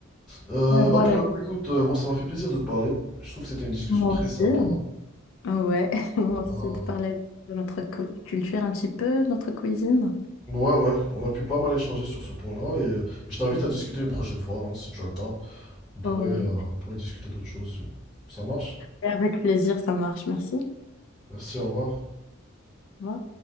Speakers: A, in the centre; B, on the left (about 70°).
A: Euh,
B: Ouais,
A: et
B: voilà,
A: bah pour le coup, écoute, euh, moi ça m'a fait plaisir de te parler. Je trouve que c'était une discussion
B: moi
A: très
B: aussi.
A: sympa.
B: Ah Ouais, <laughs> moi aussi,
A: Euh,
B: de parler de notre cu- culture un petit peu, notre cuisine.
A: ouais, ouais, on a pu pas mal échanger sur ce point-là et, euh, je t'invite à discuter une prochaine fois, hein, si tu as le temps. On pourrait,
B: Ouais.
A: euh, on pourrait discuter d'autres choses. Ça marche?
B: Et avec plaisir, ça marche, merci.
A: Merci, au revoir.
B: Au revoir.